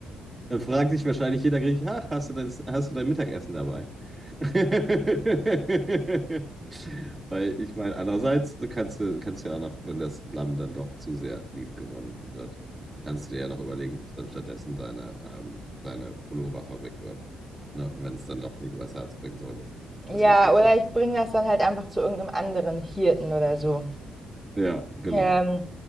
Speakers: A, on the right; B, in the centre.
A: Dann fragt sich wahrscheinlich jeder Grieche, ach, hast du dein, hast du dein Mittagessen dabei? <laughs> Weil ich meine, andererseits du kannst du kannst ja auch noch, wenn das Lamm dann doch zu sehr lieb gewonnen wird, kannst du dir ja noch überlegen, ob es dann stattdessen deine, ähm, deine Pulloverfabrik wird. Ne? Wenn es dann doch nicht übers Herz bringen solltest.
B: Ja,
A: Das ist jetzt nicht
B: oder
A: so.
B: ich bringe das dann halt einfach zu irgendeinem anderen Hirten oder so.
A: Ja, genau.
B: Ähm,